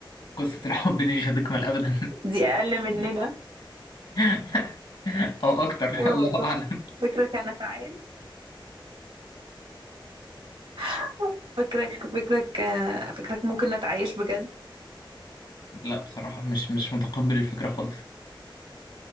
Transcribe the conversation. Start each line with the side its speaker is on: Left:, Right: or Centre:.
Left: قصة الحب دي مش هتكمل أبدا
Right: دي اقل مننا
Left: <laughs> أو أكتر <laughs>
Right: ايوه
Left: الله
Right: بالظبط
Left: أعلم
Right: فكرك انا تعال <laughs> فكرك فكرك آه، فكرك ممكن نتعايش بجد
Left: لا بصراحة مش مش متقبل الفكرة خالص